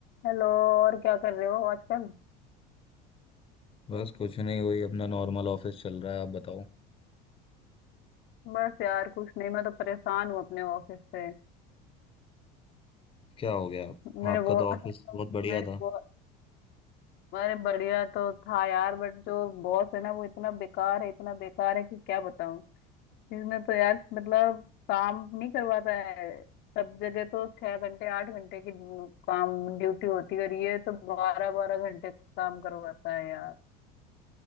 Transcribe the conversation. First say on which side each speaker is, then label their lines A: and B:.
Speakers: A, on the left; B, on the left.
A: Hello और क्या कर रहे हो आजकल
B: बस कुछ नहीं वही अपना नॉर्मल ऑफिस चल रहा है आप बताओ
A: बस यार कुछ नहीं मैं तो परेशान हूँ अपने ऑफिस से
B: क्या हो गया आप
A: मेरे
B: आपका
A: बॉस
B: तो ऑफिस बहुत बढ़िया
A: मेरे
B: था
A: बॉस अरे बढ़िया तो था यार बट जो बॉस है ना वो इतना बेकार है इतना बेकार है कि क्या बताऊँ इसने तो यार मतलब काम नहीं करवाता है सब जगह तो छह घंटे आठ घंटे की काम ड्यूटी होती है और ये तो बारह बारह घंटे काम करवाता है यार